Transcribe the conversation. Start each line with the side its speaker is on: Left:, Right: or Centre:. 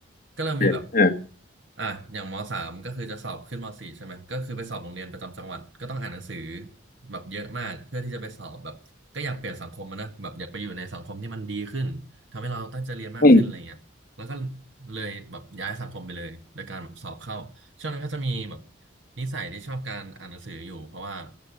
Right: ก็เริ่มมีแบบ
Left: เออเออ
Right: อ่ะอย่างมสามก็คือจะสอบขึ้นมสี่ใช่ไหมก็คือไปสอบโรงเรียนประจำจังหวัดก็ต้องอ่านหนังสือแบบเยอะมากเพื่อที่จะไปสอบแบบก็อยากเปลี่ยนสังคมอะนะแบบอยากไปอยู่ในสังคมที่มันดีขึ้นทำให้เราตั้งใจเรียนมากขึ้นอะไรเงี้ย
Left: อืม
Right: แล้วก็เลยแบบย้ายสังคมไปเลยโดยการแบบสอบเข้าช่วงนั้นก็จะมีแบบนิสัยที่ชอบการอ่านหนังสืออยู่เพราะว่า